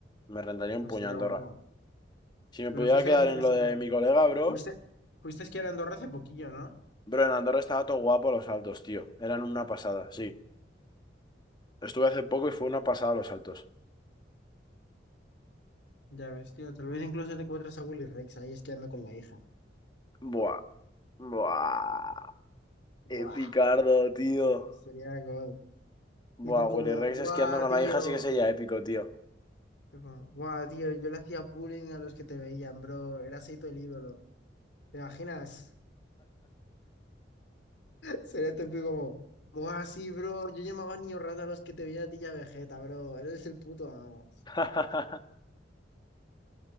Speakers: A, on the left; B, on the left.
A: Me rentaría un
B: no estaría
A: puño a Andorra.
B: guapo.
A: Si me
B: Pero
A: pudiera
B: fuiste,
A: quedar
B: en-
A: en
B: es-
A: lo de
B: eh,
A: mi colega, bro,
B: fuiste, fuiste a esquiar a Andorra hace poquillo, ¿no?
A: bro, en Andorra estaba todo guapo los saltos, tío. Eran una pasada, sí.
B: Mm.
A: Estuve hace poco y fue una pasada los saltos.
B: Ya ves, tío, tal vez incluso te encuentras a Willy Rex ahí esquiando con la hija.
A: Buah, buah.
B: ¡Guau!
A: Qué picardo, tío.
B: Sería God. Y
A: Buah,
B: tú como,
A: Willy Rex
B: ¡guau,
A: esquiando con
B: tío!
A: la hija sí que sería épico, tío.
B: Yo como, ¡guau, tío! Yo le hacía bullying a los que te veían, bro. Eras ahí todo el ídolo. ¿Te imaginas? Sería típico como, Buah, sí, bro, yo llamaba niño rata a los que te veía a ti ya Vegeta, bro, eres el puto amo.
A: <laughs>